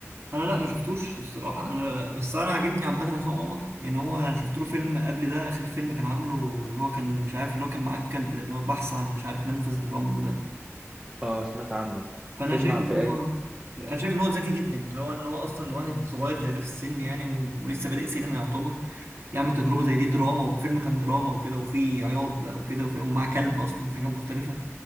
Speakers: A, on the right (about 55°); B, on the right (about 15°).
A: انا لا ما شفتوش الصراحة انا بس انا عاجبني عامة عصام عمر يعني هو انا شفت له فيلم قبل ده اخر فيلم كان عامله اللي هو كان مش عارف اللي هو كان معاه الكلب ده اللي هو بحث عن مش عارف منفذ لرامبو ده
B: اه سمعت عنه
A: فانا
B: فيلم
A: شايف
B: عن
A: ان
B: في
A: هو انا شايف ان هو ذكي جدا يعني اللي هو ان هو اصلا واحد صغير زي ده في السن يعني و- ولسه بادئ سينما يعتبر يعمل تجربة زي دي دراما وفيلم كان دراما وكده وفيه عياط بقى وكده وفي- ومعاه كلب أصلا حاجة مختلفة